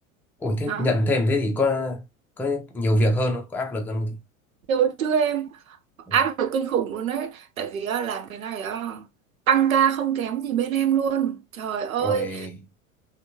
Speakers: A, in the centre; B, on the right (about 75°).
A: Ôi thế
B: đó
A: nhận thêm thế thì có có nhiều việc hơn không? Có áp lực hơn không chị?
B: Hồi trước em
A: Ừ.
B: áp lực kinh khủng luôn đấy tại vì á, làm cái này á, tăng ca không kém gì bên em luôn trời ơi
A: Ôi